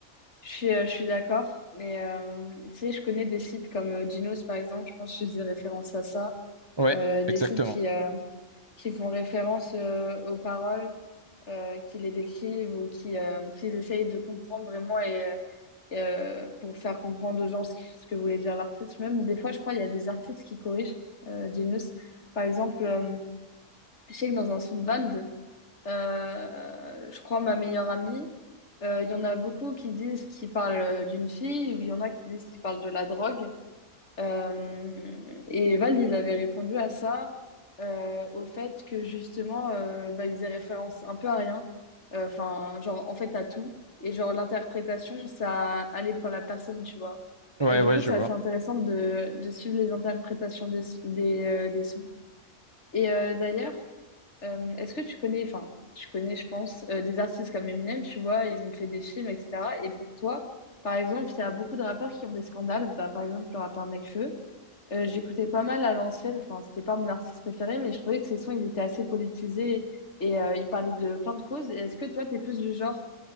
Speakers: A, on the left; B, on the right.
A: je suis, euh, je suis d'accord. Et euh, tu sais, je connais des sites comme euh, Genos, par exemple, je pense que je faisais référence à ça.
B: Ouais,
A: Euh, des
B: exactement.
A: sites qui, euh, qui font référence euh, aux paroles euh, qui les décrivent ou qui, euh, qu'ils essayent de comprendre vraiment et, et, euh, pour faire comprendre aux gens ce que, ce que voulait dire l'artiste. Même des fois, je crois, il y a des artistes qui corrigent euh, Genius. Par exemple, euh, je sais que dans un Soundwald, euh, je crois, ma meilleure amie, euh, il y en a beaucoup qui disent qu'ils parlent euh, d'une fille ou il y en a qui disent qu'ils parlent de la drogue. Euh, et Val, il avait répondu à ça, euh, au fait que justement, euh, bah, il faisait référence un peu à rien, Euh, enfin, genre, en fait, à tout. Et genre, l'interprétation, ça allait pour la personne, tu vois.
B: Ouais,
A: Et du
B: ouais,
A: coup,
B: je
A: c'est
B: vois.
A: assez intéressant de, de suivre les interprétations des, des, euh, des sons. Et euh, d'ailleurs, euh, est-ce que tu connais, enfin, tu connais, je pense, euh, des artistes comme Eminem, tu vois, ils ont fait des films, etc. Et pour toi, par exemple, il y a beaucoup de rappeurs qui ont des scandales, bah, par exemple, le rappeur Nekfeu. Euh, j'écoutais pas mal à l'ancienne, enfin, c'était pas mon artiste préféré, mais je trouvais que ses sons, ils étaient assez politisés et euh, ils parlaient de plein de causes. Et Est-ce que toi, t'es plus du genre